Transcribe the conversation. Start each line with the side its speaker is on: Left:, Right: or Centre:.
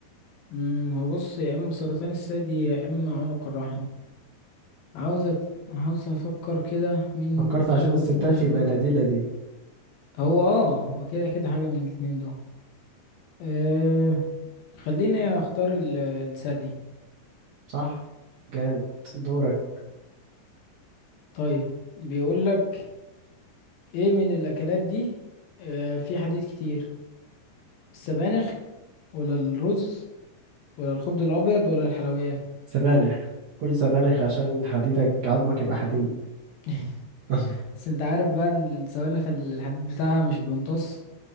Left: مم هو بص يا اما سرطان الثدي يا اما عنق الرحم عاوز أت- عاوز افكر كده مين
Right: فكرت
Left: فيهم
Right: عشان الستات
Left: اشهر
Right: يبقى لا دي لا دي
Left: هو اه هو كده كده حاجة من الاتنين دول أه خليني اختار ال- الثدي
Right: صح جامد دورك
Left: طيب بيقول لك ايه من الاكلات دي آه في حديد كتير السبانخ ولا الرز ولا الخبز الابيض ولا الحلويات
Right: سبانخ كل سبانخ عشان حديدك عظمك يبقى حديد
Left: <laughs>
Right: <laughs>
Left: بس انت عارف بقى ان السبانخ الحديد بتاعها مش بيمتص